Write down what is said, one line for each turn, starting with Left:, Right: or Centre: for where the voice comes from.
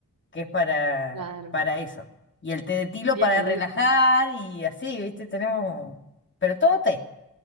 Left: que es para,
Right: claro,
Left: para eso. Y el té de tilo
Right: viene
Left: para
Right: listo.
Left: relajar y así, ¿viste? Tenemos, pero todo té.